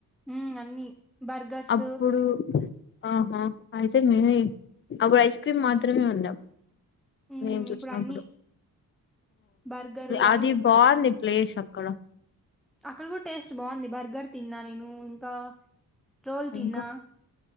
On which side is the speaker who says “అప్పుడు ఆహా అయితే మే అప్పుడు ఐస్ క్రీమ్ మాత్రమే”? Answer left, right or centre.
Left